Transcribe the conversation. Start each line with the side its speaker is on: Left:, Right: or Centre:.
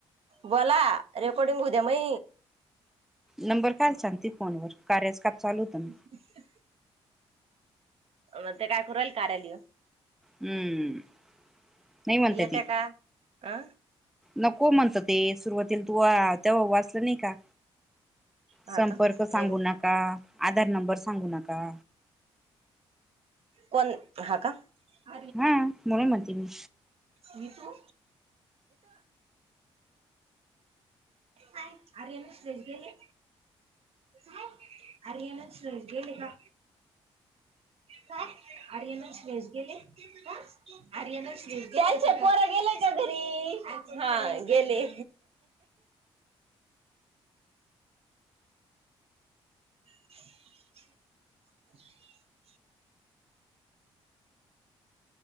Right: बोला रेकॉर्डिंग हृदया मई
Centre: नंबर काय सांगते फोन वर कार्याच का चाल होतं
Right: <unintelligible> मग ते काय कुरल करायली
Centre: हम्म नै म्हणते
Right: येत्या
Centre: ती
Right: का अ
Centre: नको म्हणत ते सुरुवातीला तू तेव्हा वाचलं नाही का
Right: हा
Centre: संपर्क
Right: का नाही
Centre: सांगू नका, आधार नंबर सांगू नका
Right: कोण हा का <unintelligible>
Centre: हा म्हणून म्हणते मी
Right: मीथो हाय अर ये ना श्रेष गेले ह अर ना श गेले का काय अरयण शेस गेले आ यच्या पोर गेलाय का घरी हा गेले <unintelligible>